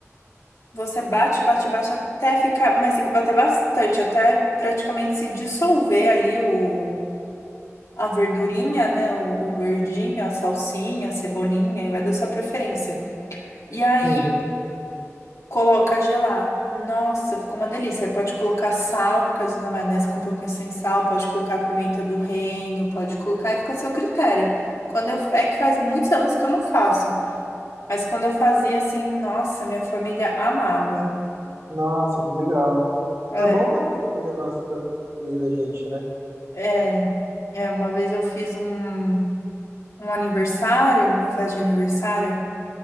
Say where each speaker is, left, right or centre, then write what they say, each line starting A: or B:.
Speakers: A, on the left; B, on the right.
A: você bate, bate, bate até ficar, mas tem que bater bastante, até praticamente se dissolver ali o a verdurinha, né? O, o verdinho, a salsinha, a cebolinha, e vai da sua preferência. E aí
B: sim.
A: coloca a gelar. Nossa, ficou uma delícia. Aí pode colocar sal, porque às vezes a maionese com um pouquinho sem sal, pode colocar a pimenta do reino, pode colocar e fica a seu critério. Quando eu, é que faz muitos anos que eu não faço, mas quando eu fazia assim, nossa, minha família amava.
B: Nossa, que legal.
A: É,
B: É bom quando a família gosta da comida da gente, né?
A: é, é, uma vez eu fiz um, um aniversário, uma festa de aniversário.